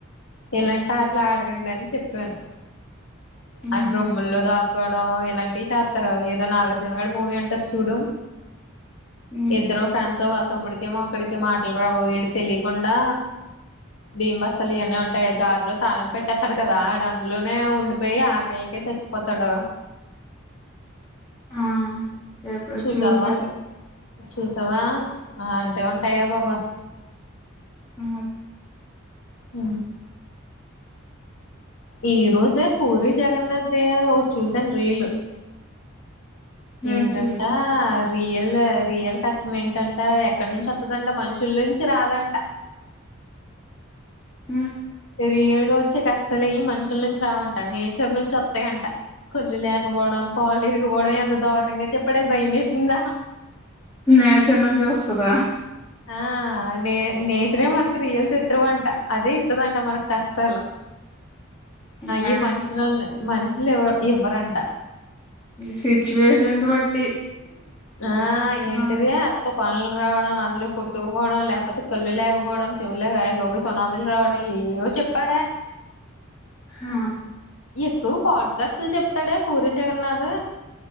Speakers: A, on the left; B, on the left.
A: ఎలంటా అట్లా ఆడ ని చెప్పను
B: హుహు.
A: అ డ్రంలో ద క్కడం ఎలాంటి చేస్తార ఏదో నాగార్జున గాడి మూవీ అంట చూడు
B: హ్మ్.
A: ఇద్దరు ఫ్రెండ్స్ వాళ్ళ తమ్ముడికేమో అక్కడికేం మాట్లాడరావు, విడు తెలియకుండా, బియ్యం బస్థలు ఇవన్న ఉంటాయి కదా, గాదులో తాళిం పెట్టేస్తాడు కదా ఆడ అందులోనే ఉండిపోయి ఆకలికే చచ్చిపోతాడు.
B: ఆ ఎప్పుడో
A: చూసావా
B: చూసా
A: అది చూసావా ఆ అంటే ఉంటాయా బాబా
B: అ
A: అ ఈ రోజే పూరి జగన్నాథ్ ది ఒకటి చూసాను రీలు
B: నేను
A: ఏంటంటా
B: చూసుకో
A: రియల్ రియల్ కష్టం ఏంటంట ఎక్కడ నుంచి వస్తుదంట మనుషుల నుంచి రాదంట.
B: మ్
A: రియల్ గా వచ్చే కష్టాలు ఈ మనుషుల నుంచి రావంట, నేచర్ నుంచి వస్తాయింట, కొళ్ళు లేకపోవడం కాళ్ళు ఇరిగిపోవడం ఎంత దారుణంగా చెప్పడే భయమేసిందా
B: నే చిన్నం చూస్తుందా
A: ఆ నే నే చిత్రే మనకి రియల్ చిత్రం అంట అదే ఇస్తుదంట మనకు కష్టాలు
B: నేచ్
A: ఈ మనుషన మనషలు ఇ ఇవ్వరంట
B: సిచ్యువేషన్స్ బట్టి
A: ఆ ఏంటిద
B: ఆ
A: తుఫన్లు రావడం అందులో కొట్టుకుపోవడం లేకపోతే కళ్ళు లేకపోవడం, చెవులే అయిబాబు సునాములు రావడం ఏవో చెప్పాడా
B: హా
A: ఎక్కువ పాడ్కాస్ట్లు చెప్తాడే పూరి జగన్నాథ్